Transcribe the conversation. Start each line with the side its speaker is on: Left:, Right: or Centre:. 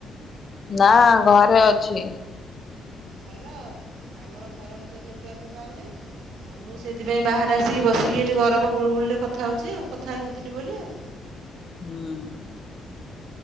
Left: ନା ଘରେ ଅଛି।
Right: ଭଲ ଆଉ ଆମର ଘର ଭିତରେ ନେଟୱାର୍କ ପାଉନି ଆଉ ମୁଁ ସେଇଥିପାଇଁ ବାହାରେ ଆସିକି ବସିକି ଏଠି ଗରମ ଗୁଳୁଗୁଳିରେ କଥା ହେଉଛି ଆଉ କଥା ହେଇନଥିଲି ବୋଲି ଆଉ।
Left: ହୁଁ।